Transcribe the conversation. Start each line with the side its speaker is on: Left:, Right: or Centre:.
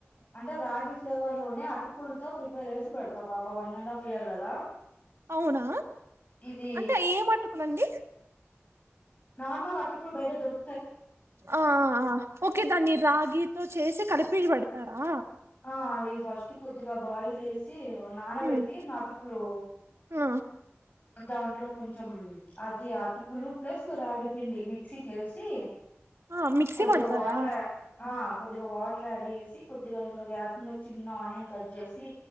Left: అంటే రాగి ఫ్లేవర్ లోనే అటుకులతో ప్రిపేర్ వేసి పెడతా బాబా వన్ అండ్ హాఫ్ ఇయర్ కదా
Right: అవునా
Left: ఇది
Right: అంటే ఏమటుకులండి
Left: నార్మల్ అటుకులు బయట దొర్
Right: ఆ ఆ ఆ ఓకే దాన్ని రాగితో చేసి కలిపి పెడతారా
Left: ఆ అవి ఫస్ట్ కొద్దిగా బాయిల్ చేసి ఇ నానబెట్టిన
Right: హ్మ్
Left: అటుకులు
Right: ఆ
Left: అ దాంట్లో కొంచం అది ఆటు కులు ప్లస్ రాగిపిండి మిక్సీకేసి
Right: ఆ మిక్సీ
Left: కొద్దిగా
Right: పడతారా
Left: వాటర్ ఆ కొద్దిగా వాటర్ యాడ్ చేసి కొద్దిగా ఇంగో గ్యాస్ మీద చిన్న ఆనియన్ కట్ చేసి